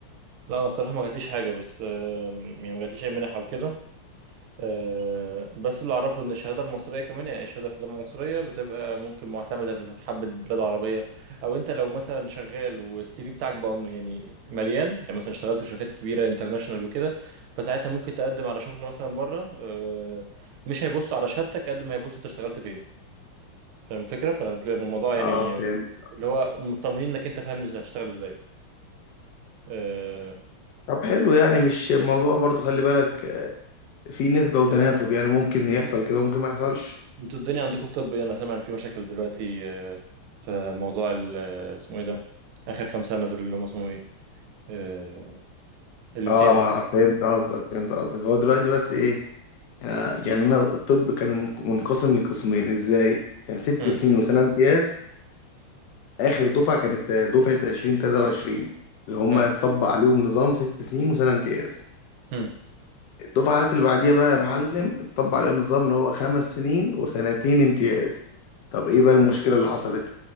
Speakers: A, on the right (about 80°); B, on the left (about 80°).
A: لا انا الصراحه ما جاتليش حاجه بس آم، يعني ما جاتليش اي منح او كده آه، بس اللي اعرفه ان الشهاده المصريه كمان يعني اي شهاده في جامعه مصريه بتبقى ممكن معتمده في حبه بلاد عربيه او انت لو مثلا شغال والسي في بتاعك بقى يعني مليان يعني مثلا اشتغلت في شركات كبيره انترناشونال وكده فساعتها ممكن تقدم على شغل مثلا بره آه، مش هيبصوا على شهادتك قد ما هيبصوا انت اشتغلت فين فاهم الفكره فبتبقى الموضوع يعني
B: اه فهمت
A: اللي هو مطمنين انك انت فاهم ازاي هتشتغل ازاي آه،
B: طب حلو يعني مش الموضوع برضو خلي بالك في نسبة وتناسب يعني ممكن يحصل كده ممكن ما يحصلش
A: انتوا الدنيا عندكم في طب ايه؟ انا سامع ان في مشاكل دلوقتي آه، في موضوع ال- آه، اسمه ايه ده اخر كام سنه دول اللي هم اسمه ايه آه، الامتياز
B: اه فهمت قصدك فهمت قصدك هو دلوقتي بس ايه أنا- يعني انا الطب كان من- منقسم لقسمين ازاي كان ست
A: امم
B: سنين وسنة امتياز اخر دفعة كانت دفعة 2023 اللي هم
A: لا
B: اتطبق عليهم نظام ست سنين وسنة امتياز
A: امم
B: الدفعات اللي بعديها بقى يا معلم اتطبق عليهم نظام اللي هو خمس سنين وسنتين امتياز طب ايه بقى المشكلة اللي حصلت